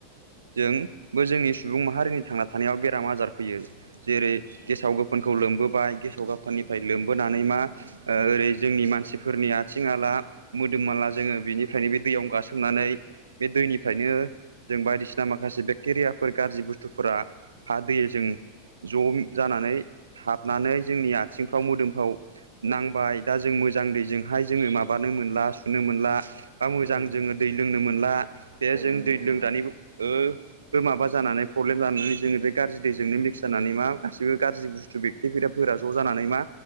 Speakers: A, on the right; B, on the right.
A: जों बो जोंनि सुबुं माहारिनि थांना थानायाव बेराम आजार फैयो। जेरै गेसाव गोफोन‌ खौ लोमबोबाय गेसाव गोफोननिफ्राय लोमबोनानै मा ओरै जोंनि मानसिफोरनि आथिं आला मोदोम माला जोङो बिनिफ्रायनो बे दैयाव गासोमनानै बे दैनिफ्रायनो जों बायदिसि माखासे बेक्टेरियाफोर गाज्रि बुस्थुफोरा हा दैजों ज' जानानै हाबनानै जोंनि आथिंफ्राव मोदोमफ्राव नांबाय दा जों मोजां दैजोंहाय जोङो माबानो मोनला सुनो मोनला बा मोजां
B: औ
A: जोङो दै लोंनो मोनला बे
B: औ
A: जों
B: नंगौ
A: दै
B: नोंथां
A: लोंग्रानिबो ओ बो माबा जानानै प्रब्लेम जानानै जोङो बे गाज्रि दैजोंनो मिक्स जानानै मा गासिबो गाज्रि बुस्थु बे थेफोरा-फोरा ज' जानानै मा